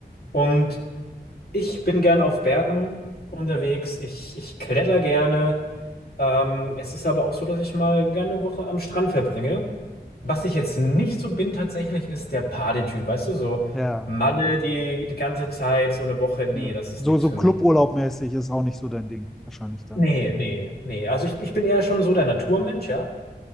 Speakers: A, on the left; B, in the centre.
A: Und Ich bin gern auf Bergen unterwegs. Ich, ich kletter gerne. Ähm, es ist aber auch so, dass ich mal gerne eine Woche am Strand verbringe. Was ich jetzt nicht so bin tatsächlich, ist der Party-Typ. Weißt du, so
B: Ja,
A: Malle die, die ganze Zeit, so eine Woche. Nee,
B: ja.
A: das ist
B: So,
A: nichts
B: so
A: für
B: Cluburlaub-mäßig
A: mich.
B: ist auch nicht so dein Ding, wahrscheinlich dann.
A: Nee, nee, nee. Also ich, ich bin eher schon so der Naturmensch, ja.